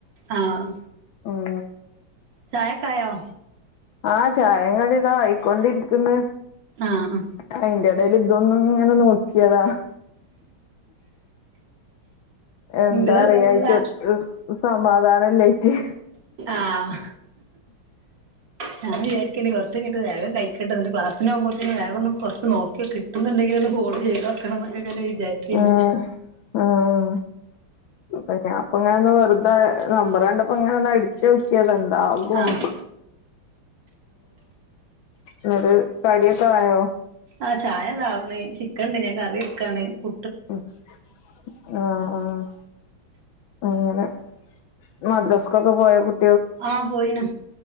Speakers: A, on the right (about 60°); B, on the left (about 70°).
A: ആഹ്
B: ഉം
A: ചായക്കായോ
B: ആഹ് ചായേം കടീം ഇതാ ആയിക്കൊണ്ടിരിക്കുന്ന്
A: ആഹ്
B: അയിന്റെ ഇടയിൽ ഇതൊന്നും ഇങ്ങനെ നോക്കിയതാ എന്താ
A: ഇന്റത്
B: അറിയായിറ്റ്
A: അതേപോലെ
B: സമാധാനല്ലായിറ്റ്
A: ആഹ് ഞാൻ വിചാ <unintelligible> വെറുതെ ങ്ങ്ട്ട് വേഗം കയികട്ടെ ന്ന്ട്ട് ക്ലാസിന ആകുമ്പത്തേന്ന് വേഗം ഒന്ന്കുറച്ച് നോക്കിയോക്കട്ടെ കിട്ടുന്നുണ്ടെങ്കിൽന്ന് കൊള് ചെയ്തോക്കാ ആക്കണമെന്ന്ങ്ങനെ വിചാരിക്കെനി
B: ആഹ് ആഹ് അപ്പൊ ഞാൻപ്പ ഇങ്ങന ഒന്ന് വെറുത നമ്പറ കണ്ടപ്പ ഇങ്ങന ച്ചു നോക്കിയതാ എന്താകും ഉം
A: ആഹ്
B: ന്നട്ട് കടിയൊക്ക ആയോ
A: ആ ചായ ഇതാആവണ് ചിക്കൻണ്ടേനി കറി വെക്കാണ് കു
B: ആഹ് ആഹ് അങ്ങനെ മദ്രാസക്കൊക്കെ പോയാ കു-
A: ആഹ പോയിണ്